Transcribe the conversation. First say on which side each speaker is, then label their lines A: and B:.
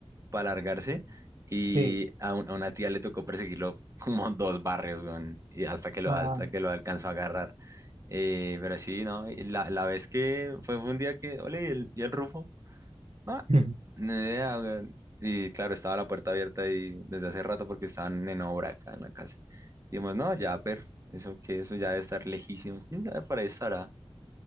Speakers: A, on the right; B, on the right.
A: para largarse, y
B: Sí.
A: a, un- a una tía le tocó perseguirlo <laughs> como dos barrios, weón, y hasta que lo,
B: Ah.
A: hasta que lo alcanzó a agarrar. Eh, pero sí, ¿no? Y La, la vez que fue, fue un día que, ole, y el, y el Rufo. Ah,
B: <laughs>
A: ni idea, weón. Y claro, estaba la puerta abierta y desde hace rato porque estaban en obra acá en la casa. Y dijimos, no, ya, pero eso que eso ya debe estar lejísimos. ¿Quién sabe por ahí estará?